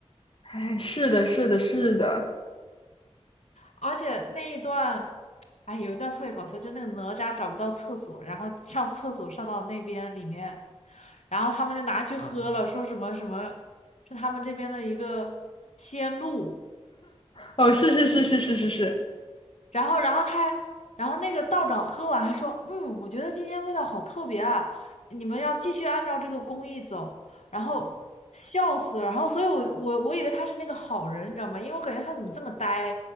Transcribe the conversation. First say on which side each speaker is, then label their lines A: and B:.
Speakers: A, on the left; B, on the left.
A: 哎，是的，是的，是的，
B: 而且那一段，哎，有一段特别搞笑，就是那个哪吒找不到厕所，然后上厕所上到那边里面，然后他们就拿去喝了，说什么什么，是他们这边的一个仙露，
A: 哦，是是是是是是是，
B: 然后，然后他还，然后那个道长喝完还说，嗯，我觉得今天味道好特别啊，你们要继续按照这个工艺走。然后笑死了，然后所以我我我以为他是那个好人，你知道吗？因为我感觉他怎么这么呆，